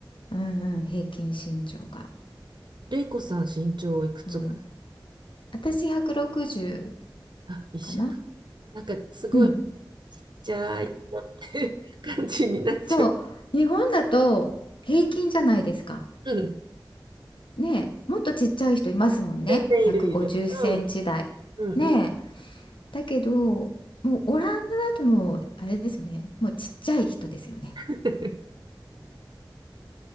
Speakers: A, on the left; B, on the right.
A: うんうん、平均身長が。
B: レイコさん身長いくつぐらい
A: うん。私160
B: あ、一緒。
A: かな。
B: なんか、すごい、
A: うん。
B: じゃあ、いって感じになっちゃ
A: そう。日本だと平均じゃないですか。
B: う。うん。
A: ねえ、もっとちっちゃい人いますもんね。
B: 全然いるいる。
A: 150センチ台。
B: うん。うんうん。
A: ねえ。だけど、もうオランダだともうあれですよね。もうちっちゃい人ですよね。
B: <laughs>